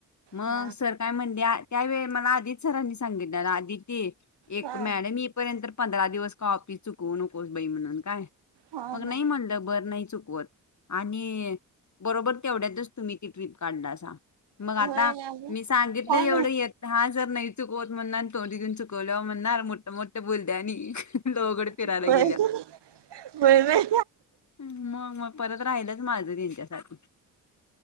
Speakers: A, on the left; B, on the right.
A: मग
B: हा
A: सर काय म्हणते त्यावेेळी मला आदित सरांनी सांगितलंलं आदितती्य एक
B: हा
A: मॅड म इईपर्यंत पंधरा दिवस काॉपी चुकवू नकोस बाई म्हणून काय.
B: हा हा
A: मग नाही म्हणलं बर नाही चुकवत आणि बरोबर तेवढ्यातच तुम्ही ती ट्रीप काढला असा. मग
B: होय
A: आता
B: ना गं
A: मी सांगितलं
B: काय
A: एवढं य हजर चुकवत म्हणणार आणि थोडी घऊन चुकवल्या म्हणणार मोठ्या मोठ्या बुद्यानी. गावाकडे फिरायला
B: म्हणते
A: गेल्या.
B: होय होय
A: मग मग परत राहिलंच माझं त्यांच्यासाठी.